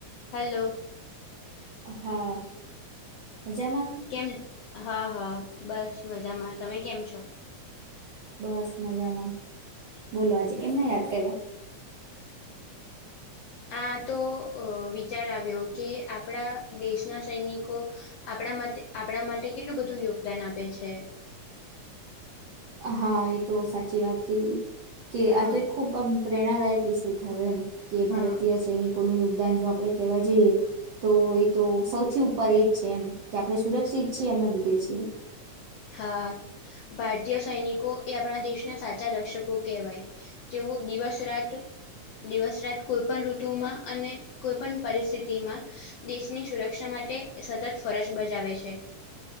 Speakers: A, on the left (about 80°); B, on the right (about 75°).
A: Hello.
B: હા મજામાં
A: કેમ હા હા બસ મજામાં તમે કેમ છો?
B: બસ મજામાં બોલો આજે કેમને યાદ કર્યા
A: આતો વિચાર આવ્યો કે આપણા દેશ ના સૈનિકો આપણા માટે આપણા માટે કેટલું બધું યોગદાન આપે છે.
B: હા એતો સાચી વાત કે કે
A: હા
B: આતો એક ખુબ આમ પ્રેરણાદાયક વિષય થયો એમ કે ભારતીય
A: હા
B: સૈનિકોનું યોગદાન જો આપડે કહેવા જઈએ તોએ તો સૌથી ઉપર એજ છે, એમકે આપણે સુરક્ષિત છીએ એમને લીધે છે.
A: હા, ભારતીય સૈનિકો એ આપણા દેશના સાચા રક્ષકો કહેવાય. તેઓ દિવસ રાત દિવસ રાત કોઈ પણ ઋતુમાં અને કોઈપણ પરિસ્થિતિમાં દેશની સુરક્ષા માટે સતત ફરજ બજાવે છે.